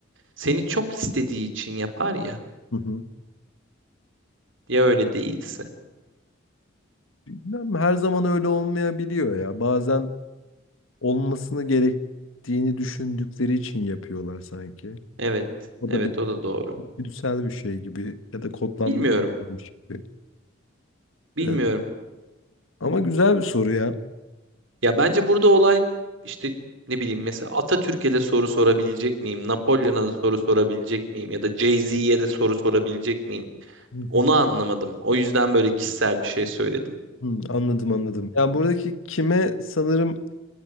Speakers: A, on the right (about 70°); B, on the left (about 75°).
A: seni çok istediği için yapar ya.
B: Hı hı.
A: Ya öyle değilse.
B: Bilmem her zaman öyle olmayabiliyor ya. Bazen olmasını gerektiğini düşündükleri için yapıyorlar sanki.
A: Evet,
B: O
A: evet
B: da bir
A: o da doğru.
B: güdüsel bir şey gibi ya da kodlanmış
A: Bilmiyorum,
B: bir şey gibi.
A: bilmiyorum.
B: Evet. Ama güzel bir soru ya.
A: Ya bence burada olay işte ne bileyim mesela Atatürk'e de soru sorabilecek miyim? Napolyon'a da soru sorabilecek miyim? Ya da Jay-Z'ye de soru sorabilecek miyim?
B: Hı
A: Onu
B: hı.
A: anlamadım. O yüzden böyle kişisel bir şey söyledim.
B: Hmm, anladım anladım. Ya buradaki kime sanırım